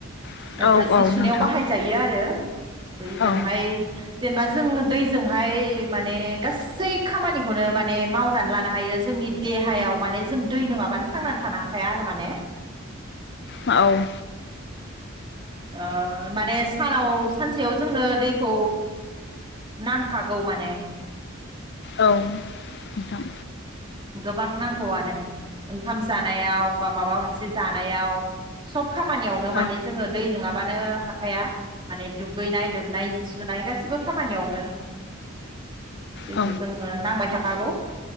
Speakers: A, on the left (about 55°); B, on the right (about 25°).
A: औ
B: बेनथ'
A: औ
B: जि
A: औ
B: सुनायाव
A: नोंथां
B: बाहायजायो आरो दैजोंहाय
A: औ नोंथां औ
B: जेनेबा जों दैजोंहाय माने गासै खामानिखौनो माने मावनानै लानो हायो जोंनि देहायाव माने जों दै नङाबानो थांनानै थानो हाखाया आरो माने
A: औ
B: ओ माने सानाव सानसेयाव जोंनो दैखौ नांखागौ माने
A: औ नोंथां
B: गोबां नांगौआनो ओंखाम जानायाव बा माबा मोनसे जानायाव सब खामानियावनो माने
A: औ
B: जोङो दै नोङाब्ला नङाबानो हाखाया माने दुगैनाय लोबनाय जि सुनाय गासिबो खामानियावनो दैखौ
A: औ
B: जोङो नांबाय था थागौ